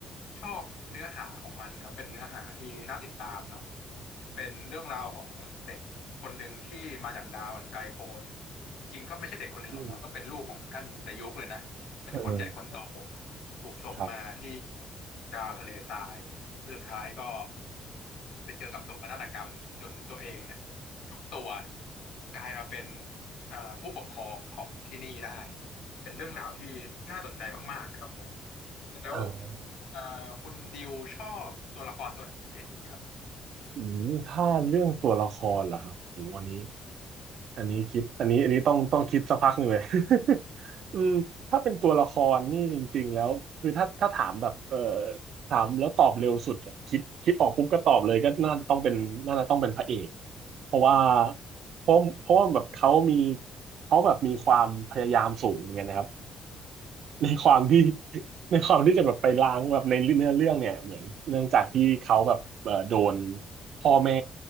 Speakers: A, on the left; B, on the right.
A: ชอบเนื้อหาของมันครับเป็นเนื้อหาที่น่าติดตามเนาะเป็นเรื่องราวของเด็กคนหนึ่งที่มาจากดาวอันไกลโพ้น จริงๆก็ไม่ใช่เด็กคนหนึ่งหรอกเนาะก็เป็นลูกของท่านดายุกเลยนะเป็นคนใหญ่คนโต
B: อืมเออ
A: ถูกส่งมาที่
B: ครับ
A: ดาวทะเลทรายแล้วสุดท้ายก็ไปเจอกับโศกนาฏกรรมจนตัวเองเนี่ยยุบตัวกลายมาเป็นอ่าผู้ปกครองของที่นี่ได้เป็นเรื่องราวที่น่าสนใจมากๆครับผมแล้ว
B: อ่า
A: อ่าคุณดิวชอบตัวละครตัวไหนที่สุดครับ
B: อืมถ้าเรื่องตัวละครเหรอครับโหอันนี้อันนี้คิดอันนี้อันนี้ต้องต้องคิดสักพักหนึ่งเลย <laughs> อืมถ้าเป็นตัวละครนี่จริงๆแล้วคือถ้าถ้าถามแบบเอ่อถามแล้วตอบเร็วสุดอะคิดคิดออกปุ๊บก็ตอบเลยก็น่าจะต้องเป็นน่าจะต้องเป็นพระเอก เพราะว่าเพราะเพราะว่าแบบเขามีเขาแบบมีความพยายามสูงเหมือนกันนะครับ ในความที่ในความที่จะแบบไปล้างแบบในเนื้อเรื่องเนี่ยเหมือนเนื่องจากที่เขาแบบเอ่อโดนพ่อแม่